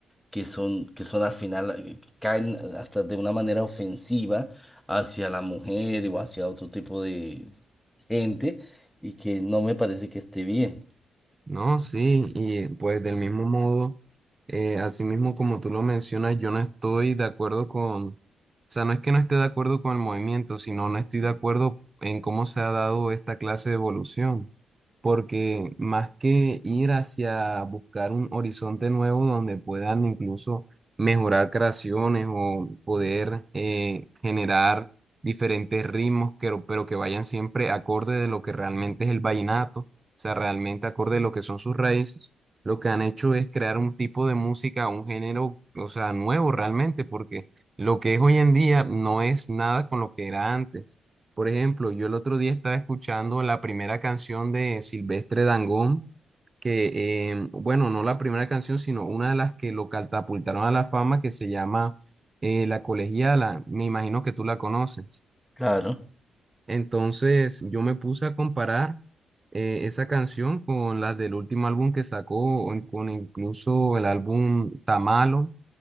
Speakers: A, in the centre; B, on the right.
A: que son, que son al final, eh, caen hasta de una manera ofensiva hacia la mujer o hacia otro tipo de gente y que no me parece que esté bien.
B: No, sí, y pues del mismo modo, eh, así mismo como tú lo mencionas, yo no estoy de acuerdo con, o sea, no es que no esté de acuerdo con el movimiento, sino no estoy de acuerdo en cómo se ha dado esta clase de evolución porque más que ir hacia buscar un horizonte nuevo donde puedan incluso mejorar creaciones o poder eh, generar diferentes ritmos, que- pero que vayan siempre acorde de lo que realmente es el vallenato, o sea, realmente acorde de lo que son sus raíces, lo que han hecho es crear un tipo de música, un género, o sea, nuevo realmente, porque lo que es hoy en día no es nada con lo que era antes. Por ejemplo, yo el otro día estaba escuchando la primera canción de Silvestre Dangond, que, eh, bueno, no la primera canción, sino una de las que lo catapultaron a la fama, que se llama eh, La Colegiala. Me imagino que tú la conoces.
A: Claro.
B: Entonces, yo me puse a comparar eh, esa canción con las del último álbum que sacó, o con incluso el álbum Tamalo